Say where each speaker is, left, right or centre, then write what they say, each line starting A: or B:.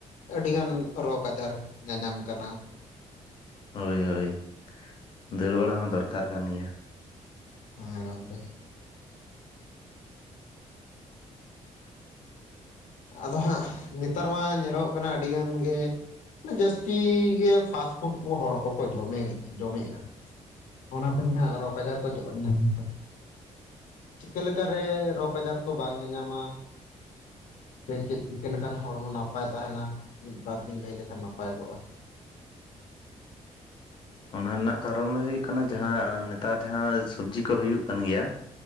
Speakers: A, on the left; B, on the left.
A: ᱟᱹᱰᱤ ᱜᱟᱱ ᱨᱳᱜᱽ ᱟᱡᱟᱨ ᱧᱟᱧᱟᱢ ᱠᱟᱱᱟ
B: ᱦᱳᱭ ᱦᱳᱭ ᱫᱟᱹᱲ ᱵᱟᱲᱟ ᱦᱚᱸ ᱫᱚᱨᱠᱟᱨ ᱠᱟᱱ ᱜᱮᱭᱟ
A: ᱦᱮᱸ ᱜᱚᱝᱠᱮ ᱟᱫᱚ ᱦᱟᱸᱜ ᱱᱮᱛᱟᱨ ᱢᱟ ᱧᱮᱞᱚᱜᱚᱜ ᱠᱟᱱᱟ ᱟᱹᱰᱤᱜᱟᱱ ᱜᱮ ᱡᱟᱹᱥᱛᱤ ᱜᱮ ᱯᱷᱟᱥᱴ ᱯᱷᱩᱰ ᱠᱚ ᱦᱚᱲ ᱠᱚᱠᱚ ᱡᱚᱢᱮ ᱡᱚᱢᱮᱜᱼᱟ ᱚᱱᱟ ᱛᱮᱜᱮ ᱦᱟᱸᱜ ᱨᱳᱜᱽ ᱟᱡᱟᱨ ᱠᱚ ᱧᱟᱢ <inaudible> ᱪᱤᱠᱟᱹ ᱞᱮᱠᱟ ᱨᱮ ᱨᱳᱜᱽ ᱟᱡᱟᱨ ᱠᱚ ᱵᱟᱝ ᱧᱟᱧᱟᱢᱟ ᱥᱮ ᱪᱮᱫ ᱪᱤᱠᱟᱹ ᱞᱮᱠᱟᱱ ᱦᱚᱲᱢᱚ ᱱᱟᱯᱟᱭ ᱛᱟᱸᱦᱮᱱᱟ ᱢᱤᱫ ᱵᱟᱨ ᱵᱤᱱ ᱞᱟᱹᱭ ᱞᱮᱠᱷᱟᱱ ᱱᱟᱯᱟᱭ ᱠᱚᱜᱼᱟ
B: ᱚᱱᱟ ᱨᱮᱱᱟᱜ ᱠᱟᱨᱚᱱ ᱫᱚ ᱦᱩᱭᱩᱜ ᱠᱟᱱᱟ ᱡᱟᱦᱟᱸ ᱱᱮᱛᱟᱨ ᱡᱟᱦᱟᱸ ᱥᱚᱵᱡᱤ ᱠᱚ ᱦᱩᱭᱩᱜ ᱠᱟᱱ ᱜᱮᱭᱟ